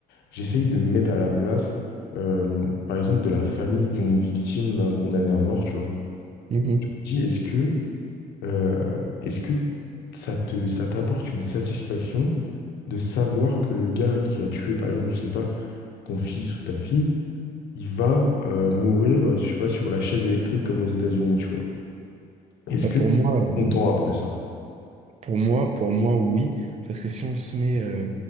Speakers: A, on the left (about 80°); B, on the right (about 40°).
A: j'essaye de me mettre à la place, euh, par exemple, de la famille d'une victime d'un condamné à mort, tu vois.
B: Mhm.
A: Je me dis, est-ce que Euh, est-ce que ça te, ça t'apporte une satisfaction de savoir que le gars qui a tué, par exemple, je sais pas, ton fils ou ta fille, il va euh, mourir, euh, je sais pas, sur la chaise électrique comme aux États-Unis, tu vois. Est-ce
B: Bah,
A: que
B: pour
A: tu es
B: moi, euh,
A: content après ça?
B: pour moi, pour moi, oui, parce que si on se met euh,